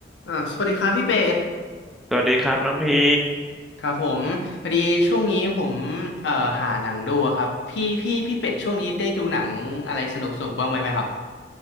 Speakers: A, on the left; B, in the centre.
A: อ่าสวัสดีครับพี่เป็ด
B: สวัสดีครับน้องพี่
A: ครับผมพอดีช่วงนี้ผมเอ่อหาหนังดูอะครับพี่พี่พี่เป็ดช่วงนี้ได้ดูหนังอะไรสนุกสนุกบ้างไหมไหมครับ